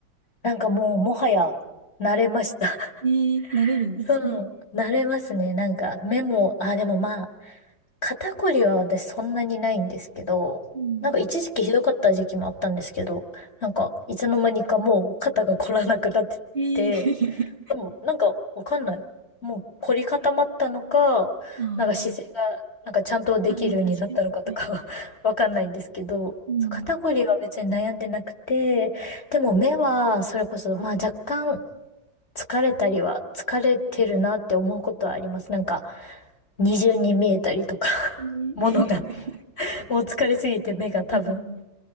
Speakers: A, on the left; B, on the right.
A: なんかもうもはや慣れました。
B: えー、慣れるんですね。
A: <laughs> そう、慣れますね。なんかメモ、あ、でもまあ、肩こりは私そんなにないんですけど、
B: うん。
A: なんか一時期ひどかった時期もあったんですけど、なんかいつの間にかもう肩が凝らなくなってて、
B: えー、<laughs>
A: でもなんかわかんない。もう凝り固まったのか、
B: あー
A: なんか姿勢がなんかちゃんとできるようになったのかとかは
B: あー、確かに。はい
A: <laughs> わかんないんですけど、
B: うん。
A: そう肩こりは別に悩んでなくて、でも目はそれこそまあ若干疲れたりは疲れてるなって思うことはあります。なんか二重に見えたりとか、
B: えー
A: <laughs> ものが、
B: <laughs>
A: もう疲れすぎて目が多分。
B: あー